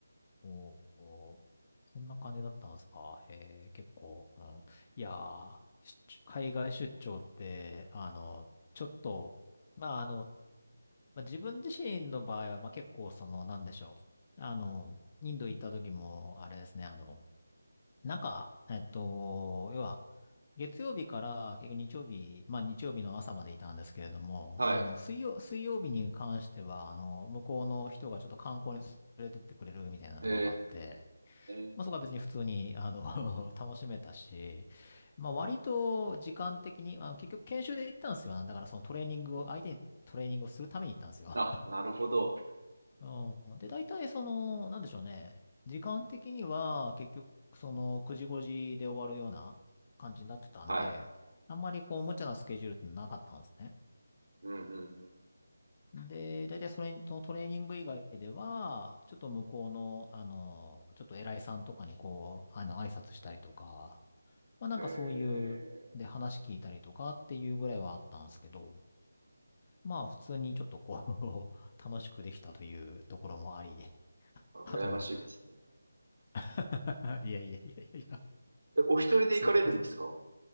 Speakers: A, on the left; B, on the right.
A: おーおー、そんな感じだったんですか。へえ、結構、うん。いやー、出海外出張って、あの、ちょっと、まあ、あの、まあ、自分自身の場合は、まあ、結構その、なんでしょう。あの、インド行った時も、あれですね、あの、中、えっと、要は、月曜日から結局日曜日、まあ日曜日の朝までいたんですけれども、
B: はい。
A: あの、水曜、水曜日に関しては、あの、向こうの人がちょっと観光に連れてってくれるみたいなところがあって、
B: えー、
A: まあそこは別に普通に、あの、<laughs> 楽しめたし、まあ割と時間的に、あの結局研修で行ったんですよ。だからそのトレーニングを、相手にトレーニングをするために行ったんですよ。
B: あ、なるほど。
A: うん。で、大体その、なんでしょうね。時間的には結局その9時5時で終わるような感じになってたんで、
B: はい。
A: あんまりこう無茶なスケジュールってなかったんですね。
B: うんうん
A: で、大体それとトレーニング以外では、ちょっと向こうの、あの、ちょっと偉いさんとかにこう、あの、挨拶したりとか、まあなんかそういう、
B: うん。へえ
A: で話聞いたりとかっていうぐらいはあったんですけど、まあ普通にちょっとこう <laughs> 楽しくできたというところもあり、
B: ー。あ羨ましいですね。
A: あと <laughs> いやいやいやいやいや、
B: え、お一人で行かれるんですか
A: そうかそうか。